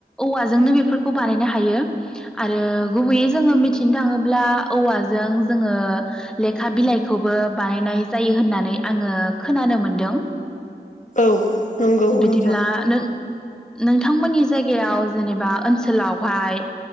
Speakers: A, in the centre; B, on the left (about 45°).
A: औवाजोंनो बेफोरखौ बानायनो हायो आरो गुबैयै जोङो मिथिनो थाङोब्ला औवाजों जोङो लेखा बिलाइखौबो बानायनाय जायो होननानै आङो खोनानो मोनदों।
B: औ नंगौ
A: बिदिब्ला
B: नोंथां
A: नों नोंथांमोननि जायगायाव जेनेबा ओनसोलावहाय